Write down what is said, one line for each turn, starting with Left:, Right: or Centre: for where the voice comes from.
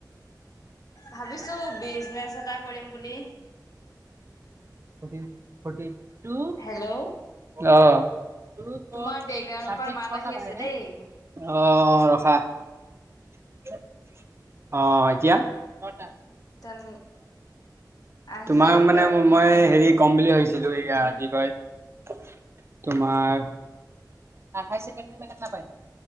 Left: ভাবিছো বিজনেচ এটা কৰিম বুলি।
Right: অ'।
Left: হেল্ল',
Right: চে
Left: তোমাৰ বেকগ্ৰাউণ্ডৰ পৰা মাত
Right: অ
Left: আহি আছে দেই।
Right: ৰখা <unintelligible> অ' এতিয়া।
Left: তেন আহিছে
Right: তোমাৰ
Left: অলপত
Right: মানে মই
Left: আহি ভাল আৰু।
Right: কম বুলি ভাবছো। ছিলো। সেয়া কি কয় তোমাৰ হায়াৰ চেকেণ্ড মকট ন পাই।